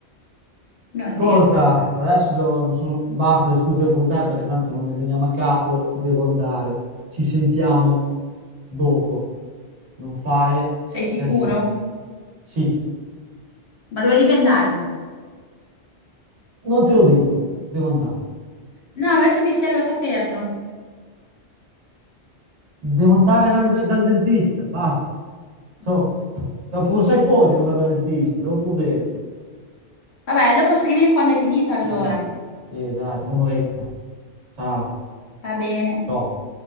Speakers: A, on the left (about 65°); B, on the right (about 75°).
A: Non è
B: Ascolta,
A: vero.
B: adesso devo- mi sono- basta discutere con te perché tanto non ne veniamo a capo, devo andare. Ci sentiamo dopo. Non fare
A: Sei sicuro?
B: casini. Sì,
A: Ma dove devi andare?
B: non te lo dico, devo andare.
A: No, invece mi serve saperlo.
B: Devo andare dal, dal- dal dentista, basta. So, dopo lo sai poi che devo andare dal dentista, te l'ho pure detto.
A: Vabbè, dopo scrivimi quando hai finito, allora.
B: Eh, sì, dai, tra un'oretta. Ciao.
A: Va bene.
B: Ciao.